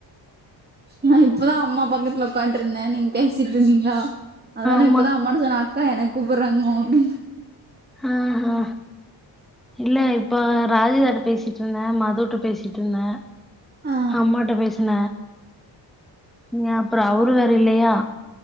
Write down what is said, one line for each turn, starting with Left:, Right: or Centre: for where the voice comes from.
Right: நா இப்பதா அம்மா பக்கத்துல உக்காதுருந்தே நீங் பேசிட்ருந்தீங்ளா அதா
Centre: ஆமா
Right: நா இப்பதா அம்மாட்ட சொன்ன அ க்கா எனக் கூப்புற்றாங்க மா அப்டின்
Centre: அ ஹா இல்ல இப்ப ராஜி <unintelligible> பேசிட்ருந்த மதுட்ட பேசிட்ருந்த
Right: ஆ
Centre: அம்மாட்ட பேசுன ந்ய அப்புற அவுரு வேற இல்லியா